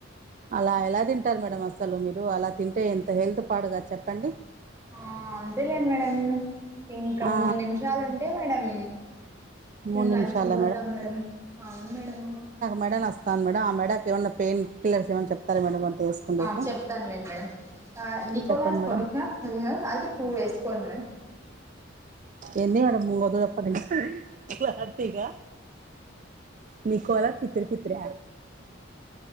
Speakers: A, on the right; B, on the right.
A: అలా ఎలా తింటారు మేడమ్ అసలు మీరు అలా తింటే ఎంత హెల్త్ పాడుగాద్ చెప్పండి
B: ఆ అంతేలెండి మేడం ఇంకా
A: ఆ
B: మూడు నిమిషాలు ఉంటే మేడం మేము
A: మూడు
B: లంచ్కు
A: నిమిషాల
B: పోతాం మేడం అవును మేడం
A: మేడనస్ స్తును మేడం ఆ మేడకు ఏమన్న పెయిన్ కల్లర్స్ ఏమన్నా చెప్తర మేడం వేసుకుండేకి
B: ఆ చెప్తానులేను మేడం నికోలాస్
A: చెప్పండి
B: పొడకిిన
A: మేడం
B: అది టూ వేసుకొండి మేడం
A: ఎన్ని మేడం ముంగ్ క్లరిటిగ మీకోలా పిత్రృ పిత్ర